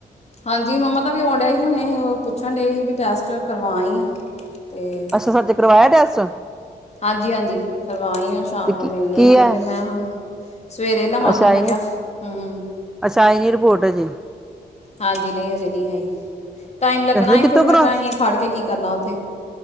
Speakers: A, on the left (about 35°); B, in the centre.
A: ਹਾਂਜੀ ਮੰਮਾ ਤਾਂ ਵੀ ਆਣ ਡਿਆ ਹੀ ਹੁਣੇ ਉਹ ਪੁੱਛਣ ਡਏ ਸੀ ਵੀ ਟੈਸਟ ਕਰਵਾ ਆ। ਤੇ
B: ਅੱਛਾ ਸੱਚ ਕਰਵਾਇਆ ਟੈਸਟ
A: ਹਾਂਜੀ ਹਾਂਜੀ ਕਰਵਾਈ ਹੁਣ ਸ਼ਾਮ
B: ਤੇ
A: ਨੂੰ
B: ਕੀ
A: ਮਿਲਣੀ
B: ਕੀ
A: ਕਹਿੰਦੇ
B: ਹੈ
A: ਮੈਂ ਹੁਣ ਸਵੇਰੇ ਲਵਾਂਗੀ
B: ਅੱਛਾ
A: ਮੈਂ
B: ਆਈ
A: ਕਿਹਾ
B: ਨੀ
A: ਹੂੰ,
B: ਅੱਛਾ ਆਈ ਨੀ ਰਿਪੋਰਟ ਹਜੇ
A: ਹਾਂਜੀ ਨਹੀਂ ਅਸੀਂ ਨਹੀਂ ਆਈ। ਟਾਈਮ ਲੱਗਣਾ
B: ਦੱਸਦੇ
A: ਸੀ
B: ਕਿੱਥੋਂ
A: ਫਿਰ ਮੈਂ
B: ਕਰਵਾ
A: ਕਿਹਾ ਅਸੀਂ ਖੜ ਕੇ ਕੀ ਕਰਨਾ ਉੱਥੇ